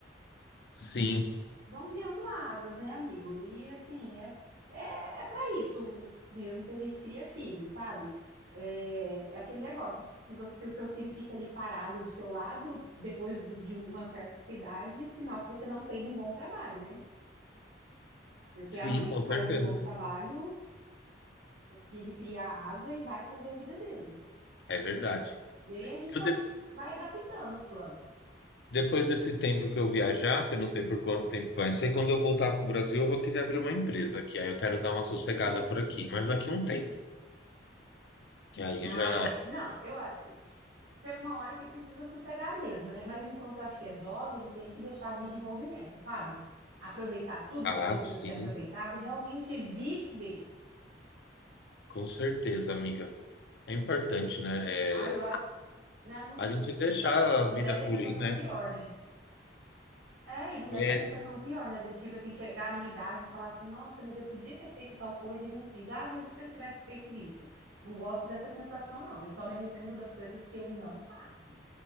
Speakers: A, on the left (about 60°); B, on the right (about 80°).
A: Sim,
B: Vão criando asas, né, amigo? E assim, é, é, é para isso mesmo que a gente cria filho, sabe? É, é aquele negócio. Se você, se o seu filho fica ali parado do seu lado, depois de uma certa idade, sinal que você não fez um bom trabalho, né? Porque
A: sim,
B: a mãe
A: com
B: que faz
A: certeza,
B: um bom trabalho, o filho cria asa e vai fazer a vida dele.
A: é verdade.
B: E aí a gente
A: Eu
B: vai,
A: de-
B: vai adaptando os planos.
A: depois desse tempo que eu viajar, que eu não sei por quanto tempo vai ser, quando eu voltar para o Brasil, eu vou querer abrir uma empresa aqui, aí eu quero dar uma sossegada por aqui, mas daqui a um tempo. Que aí
B: Ah,
A: já.
B: é. Não, eu acho. Chega uma hora que precisa sossegar mesmo, né? Mas enquanto eu acho que é jovem, tem que deixar a vida em movimento, sabe? Aproveitar tudo
A: Ah,
B: que precisa
A: sim,
B: ser aproveitado, e realmente viver.
A: com certeza, amiga. É importante, né?
B: Ah,
A: É,
B: eu acho. né, Não,
A: a gente deixar a
B: não
A: vida
B: deve
A: fluir,
B: ter sensação
A: né?
B: pior, né? É, e não deve
A: É
B: ter sensação pior, né? Do tipo assim, chegar numa idade e falar assim, nossa, mas eu podia ter feito tal coisa e não fiz. Ah, mas e se eu tivesse feito isso? Não gosto dessa sensação, não. Eu só me arrependo das coisas que eu não faço.